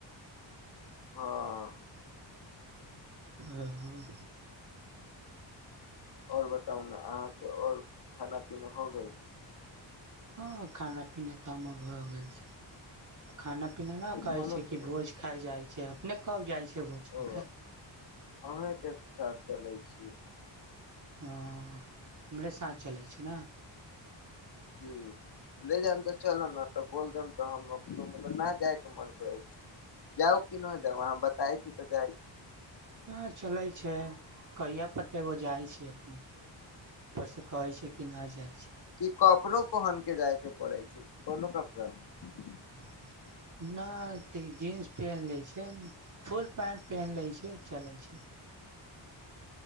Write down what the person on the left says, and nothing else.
हँ
आओर बताउ ने अहाँके आओर खाना पीना हो गेल
खाना
पीना
ओ
अहीँके साथ चलै छीय
जी ले जायब तऽ चलेनै त बोल देब त हम ने तऽ मतलब नहि जायके मन करै छै जाउ कि नहि जाउ अहाँ बताै छी तऽ जाय छी
छी
कि कपड़ो पहिनक कऽ जायके पड़ै छै कोनो कपड़ामे